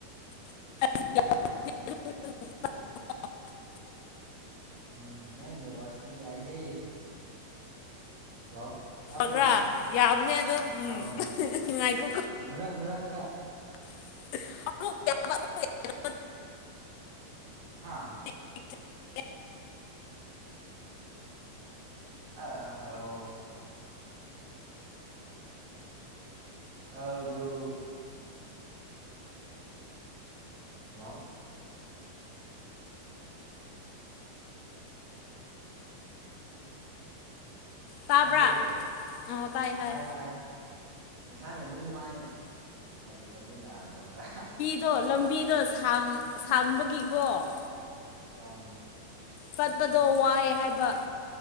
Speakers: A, on the left; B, on the right.
A: <unintelligible>
B: ꯎꯝ ꯅꯪꯒꯤ ꯅꯦꯠꯋꯥꯔꯛꯁꯤꯗꯤ ꯌꯥꯏꯍꯦ ꯍꯜꯂꯣ ꯇꯥꯕ꯭ꯔꯣ
A: ꯐꯒ꯭ꯔꯥ ꯌꯥꯕꯅꯦ ꯑꯝ ꯎꯝ
B: ꯑꯥꯎ
A: ꯅꯨꯡꯉꯥꯏꯈꯣ
B: ꯃꯔꯛ ꯃꯔꯛꯇ
A: <unintelligible>
B: ꯍꯥꯥ
A: <unintelligible>
B: ꯑ ꯍꯥꯎ ꯇꯥꯕ꯭ꯔꯣ ꯍꯜꯂꯣ
A: ꯇꯥꯕ꯭ꯔꯥ
B: ꯇꯥꯕ꯭ꯔꯣ
A: ꯑꯣ ꯇꯥꯏ
B: ꯑ
A: ꯇꯥꯏ
B: ꯇꯔꯦ ꯇꯔꯦ ꯉꯁꯥꯏꯅ ꯑꯗꯨꯝ ꯃꯥꯏ ꯂꯩꯇꯕ ꯌꯥꯗꯕ꯭ꯔꯥ
A: ꯑꯗꯣ ꯂꯝꯕꯤꯗ ꯁꯥꯡꯕꯒꯤꯀꯣ
B: ꯑꯥ
A: ꯄꯠꯄꯗꯣ ꯋꯥꯏ ꯍꯥꯏꯕ